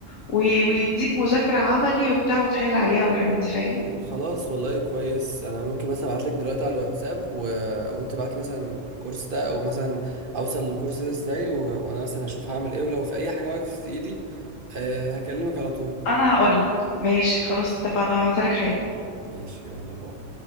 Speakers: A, on the left (about 80°); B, on the right (about 45°).
A: وي- ويديك مذاكرة عملي وبتاع وتحل عليها والحاجات دي فاهمني
B: طب خلاص والله كويس انا ممكن مثلا ابعت لك دلوقتي على الواتساب و... وانت بعت لي مثلا الكورس ده او مثلا اوصل للكورس ده ازاي و... وانا مثلا اشوف هعمل ايه ولو في اي حاجه واقف في ايدي أه هكلمك على طول
A: أنا هقول لك ماشي خلاص اتفقنا هبعتها لك حالا
B: ماشي يلا باي